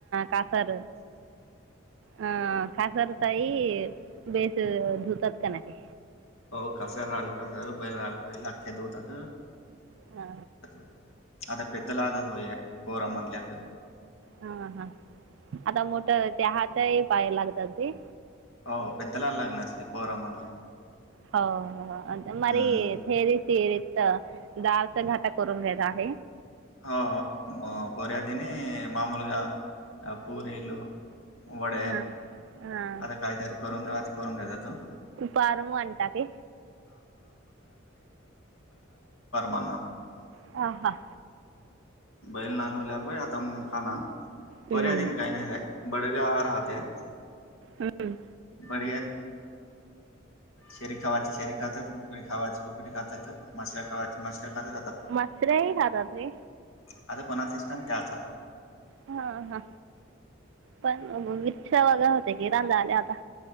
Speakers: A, on the right; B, on the left.
A: कासार हं कासार ताई बेस धुतात का नाही.
B: हो कासार आले, कासार बैल आले बैल लागत्यात धुतात.
A: हा
B: <unintelligible> आता पिद्दल आज होय पोरं म्हधल्यात.
A: हा हा आता मोठ त्याहाच्याही पाय लागतात ते
B: हो लग्नासकी पोरामनल्या
A: <inaudible> ह हो. <unintelligible>
B: हम्म
A: तेरीत जाळचा घाटा करून घ्यायचा आहे.
B: हो पोरीयादीनी मा मूलगा पूरीलो. वडे
A: हा हा
B: आता काहीतरी करून नेवाच करून घ्याेत तू.
A: पारमू अंटाके
B: <unintelligible>
A: हा हा
B: बैल नाल होल्या प आता खाना
A: हम्म
B: बर्या दिन काही नाही रा बडजा राहत्या.
A: हम्म.
B: <unintelligible> शेरी खवाची शेरी खात्यात. <unintelligible> मछल्या खावात <unintelligible>
A: मसराई खातात रे
B: आता कोणाच <unintelligible> त्याच
A: हा हा पण विच्छ वगर होते कि रांजा आल्यात ता